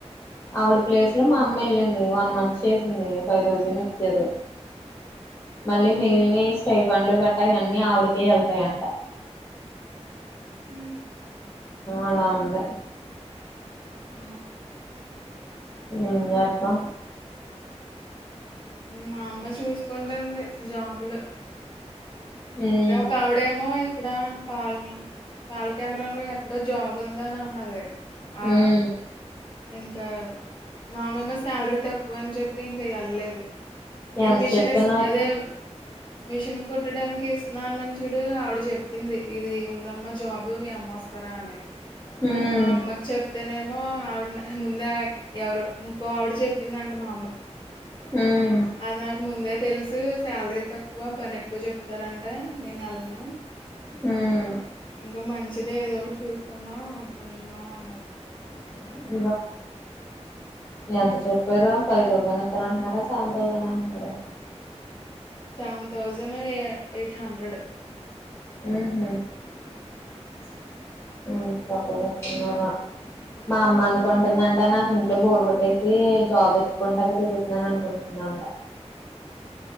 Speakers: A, on the left; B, on the left.
A: ఆవిడ ప్లేస్ లో
B: హ్మ్.
A: మా అమ్మ వెళ్ళింది వన్ మంత్ చేసింది ఫైవ్ థౌజండ్ ఇచ్చారు మళ్ళీ మిగిలిని స్టైఫన్లు గట్టా అవన్నీ ఆవిడకే వెళ్తాయంట
B: హ
A: అలా ఉంది
B: ఆ
A: ఎన్ చెథామ్
B: మా అమ్బ చూసుకుంటుంది జాబులు
A: ఉమ్
B: ఎక్కడే ఆవిడేమో ఇక్కడ పాల్ పాల కేంద్రంలో ఎక్కడో జబ్ంద అన్నది ఆ
A: ఉమ్
B: ఇంకా మామయ మా శాలరీ తక్కువ అని చెప్పి ఇంకా వెళ్ళలేదు నన్
A: ఎంత
B: మిషన్
A: చెప్తున్నారు
B: అదే మిషిన్ కొట్టడానికినికి ఇస్తున్నాన్నని చూడు ఆవిడ చెప్పింది ఇది ఉందమ్మ జాబ్ మీ అమ్మ వస్తారా అని
A: ఉమ్
B: మా అమ్మకి చెప్తేనే మో ఆవిడ ముంద ఎవరు ఇంకో ఆవిడ చెప్పిందంటడి మా
A: ఉమ్
B: అది నాకు ముందే తెలుసు శాలరీ తక్కువ పని ఎక్కువ చెప్ చెస్తారంటే నేను వెళ్ళనా
A: ఉమ్
B: ఇంకా మంచి మచ్చిదే ఏదో ఒకటి చూసుకుందాం అనుకుంటున్నాని అన్నది
A: <unintelligible> ఎంత చరిపోరు ఫైవ్ థౌసండ్ వస్తార అంటున్నారా సెవెన్ థౌసండ్ అంటున్నారా
B: సెవెన్ థౌజండ్ ఎయిట్ హండ్రెడ్
A: ఉమ్ <unintelligible> మా అమ్మ అనుకుంటుందంట నాకు ఇంట్లో బోరు కొట్టేసి జాబ్ ఎతుక్కుంటాక తిరుగుతున్నాను అనుకుంటుందంట